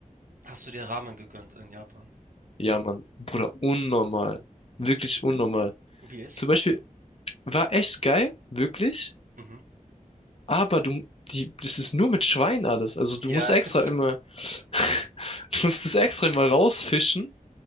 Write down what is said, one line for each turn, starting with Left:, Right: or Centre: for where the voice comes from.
Right: hast du dir Ramen gegönnt in Japan?
Left: Ja, Mann. Bruder, unnormal. Wirklich unnormal.
Right: UBS?
Left: Zum Beispiel, war echt geil, wirklich.
Right: Mhm.
Left: Aber du, die, das ist nur mit Schwein alles. Also du
Right: Ja,
Left: musst extra
Right: <laughs> es
Left: immer, <laughs> du musst es extra immer rausfischen.